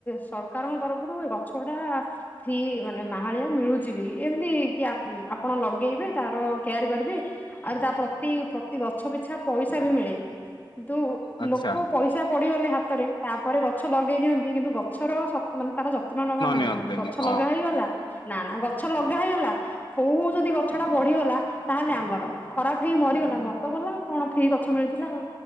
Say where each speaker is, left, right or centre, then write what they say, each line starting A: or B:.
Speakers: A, on the left; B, on the left.
A: ସରକାରଙ୍କ ତରଫରୁ ଏ ଗଛ ଗୁଡା ଫ୍ରି ମାନେ ମାହାଳିଆ ମିଳୁଚି ବି, ଏମତି କି ଆପ ଆପଣ ଲଗେଇବେ ତାର କେୟାର କରିବେ ଆଉରି ତା ପ୍ରତି ପ୍ରତି ଗଛ ପିଛା ପଇସା ବି ମିଳେ, କିନ୍ତୁ
B: ଆଚ୍ଛା।
A: ଲୋକ ପଇ ସା ପଡିଗଲେ ହାତରେ ତାପରେ ଗଛ ଲଗେଇ ଦିଅନ୍ତି, କିନ୍ତୁ ଗଛର ମାନେ ତାର ଯତ୍ନ ନବା ଜାଣି
B: ନିଅନ୍ତିନି
A: ନାହାଁନ୍ତି, ଗଛ
B: ହଁ
A: ଲଗା ହେଇଗଲା ନା ନା ଗଛ ଲଗା ହେଇଗଲା ହଉ ହଉ ଯଦି ଗଛଟା ବଢିଗଲା ତାହେଲେ ଆମର, ଖରାପ ହେଇ ମରିଗଲା ମରି ତ ଗଲା ଆଉ। କଣ ଫ୍ରି ଗଛ ମିଳିଥିଲା ଆଉ।